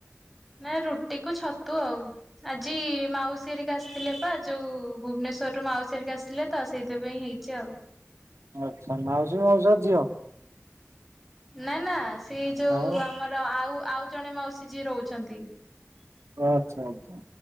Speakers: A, in the centre; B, on the right.
A: ନା ରୁଟି କୁ ଛତୁ ଆଉ। ଆଜି ମାଉସୀ ହେରିକା ଆସିଥିଲେ ବା ଯୋଉ ଭୁବନେଶ୍ଵରରୁୁ ମାଉସୀ ହେରିକା ଆସିଥିଲେ। ତ ସେଇଥିପାଇଁ ହେଇଛି ଆଉ।
B: ଆଚ୍ଛା ମାଉସୀ, ମାଉସୀ, ଝିଅ?
A: ନା ନା ସେ ଯୋଉ
B: ଆଉ
A: ଆମର ଆଉ ଆଉ ଜଣେ ମାଉସୀ ଯିଏ ରହୁଛନ୍ତି।
B: ଆଚ୍ଛା ଆଚ୍ଛା।